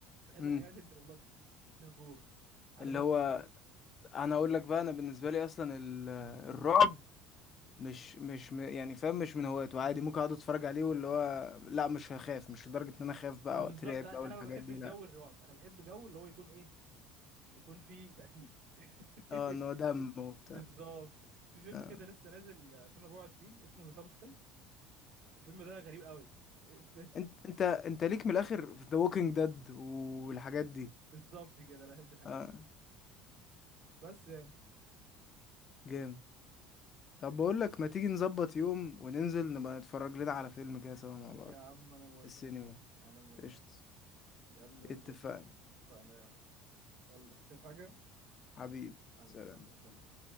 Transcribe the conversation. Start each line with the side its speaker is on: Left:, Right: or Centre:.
Right: بحب
Left: مم.
Right: الحاجات اللي تبقى بلادي اللي فيها جور عارف
Left: اللي
Right: انت
Left: هو انا اقول لك بقى انا بالنسبه لي اصلا ال- الرعب مش مش م- يعني فاهم مش من هوايته عادي ممكن اقعد اتفرج عليه واللي هو لا مش هخاف مش لدرجة ان انا اخاف بقى
Right: ما بالظبط
Left: واترعب
Right: انا
Left: بقى والحاجات
Right: ما بحبش
Left: دي لا
Right: جو الرعب انا بحب جو اللي هو يكون ايه يكون فيه تقتيل <laughs>
Left: اه ان هو دم وبتاع
Right: بالظبط في فيلم
Left: آه.
Right: كده لسه نازل 2024 اسمه ذا سابستنس الفيلم ده غريب قوي <laughs> ف-
Left: انت انت انت ليك من الاخر في ذا ووكينج ديد والحاجات دي
Right: بالظبط كده انا بحب الحاجات
Left: اه
Right: دي بس يعني
Left: جامد طب بقول لك ما تيجي نظبط يوم وننزل نبقى نتفرج لنا على فيلم كده سوا مع بعض
Right: يا عم انا موافق
Left: في السينما
Right: انا موافق
Left: قشطة
Right: يا عم نظبط
Left: اتفقنا
Right: فانا يا عم يلا مش عايز حاجه
Left: حبيبي
Right: حبيبي
Left: سلام
Right: يلا سلام